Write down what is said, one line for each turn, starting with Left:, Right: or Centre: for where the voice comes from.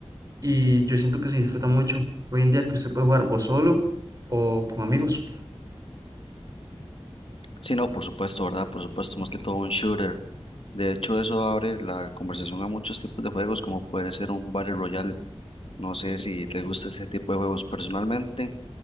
Right: y yo siento que se disfruta mucho hoy en día que usted puede jugar o solo o con amigos.
Left: Sí, no, por supuesto, ¿verdad? Por supuesto, más que todo un shooter. De hecho, eso abre la conversación a muchos tipos de juegos, como puede ser un Battle Royale. No sé si te gusta ese tipo de juegos. Personalmente,